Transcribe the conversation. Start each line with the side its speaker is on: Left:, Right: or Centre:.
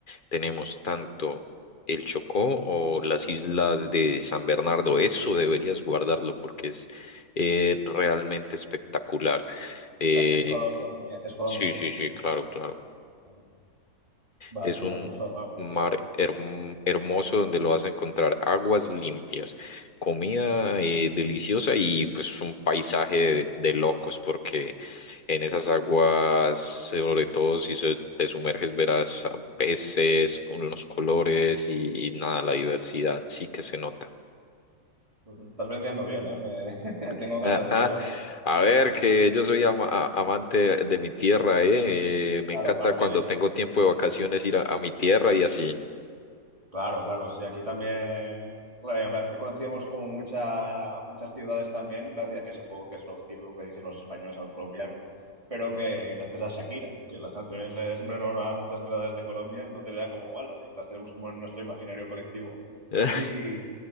Left: tenemos tanto el Chocó o las islas de San Bernardo. Eso deberías guardarlo porque es eh, realmente espectacular. Eh,
Right: Bueno, Es Colombia también, es Colombia.
Left: sí, sí, sí, claro, claro.
Right: Vale, Vale,
Left: Es
Right: pues
Left: un
Right: justo no la conocía
Left: mar
Right: esta.
Left: herm- hermoso donde lo vas a encontrar aguas limpias, comida eh, deliciosa y pues un paisaje de, de locos porque en esas aguas, sobre todo si se- te sumerges, verás ah, peces con los colores
Right: Ajá.
Left: y, y nada, la diversidad sí que se nota.
Right: Pues me estás vendiendo bien, ¿eh? Me- <laughs> Tengo
Left: <laughs>
Right: ganas
Left: Ajá.
Right: de ir ahora.
Left: A ver,
Right: No- no-
Left: que yo soy ama- a- amante de mi tierra, ¿eh? Eh, Me
Right: Claro,
Left: encanta
Right: claro,
Left: cuando
Right: bien hecho.
Left: tengo tiempo de vacaciones ir a a mi tierra y así.
Right: Claro, claro, sí, aquí también, claro, y aparte conocíamos como mucha, muchas ciudades también, gracias a que supongo que es lo que típico que dicen los españoles a los colombianos, pero que gracias a Shakira, que las canciones eh, siempre nos a muchas ciudades de Colombia, entonces era como, "Guala", y las tenemos como en nuestro imaginario colectivo.
Left: <laughs>
Right: Y